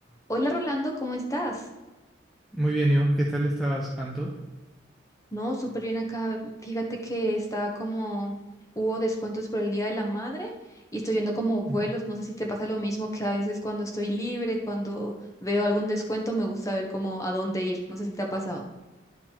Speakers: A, on the left; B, in the centre.
A: Hola Rolando, ¿cómo estás?
B: Muy bien, ¿y vos qué tal estás, Anto?
A: No, súper bien acá. Fíjate que estaba como, hubo descuentos por el Día de la Madre y estoy viendo como vuelos.
B: Ujú.
A: No sé si te pasa lo mismo que a veces cuando estoy libre, cuando veo algún descuento, me gusta ver como a dónde ir. No sé si te ha pasado.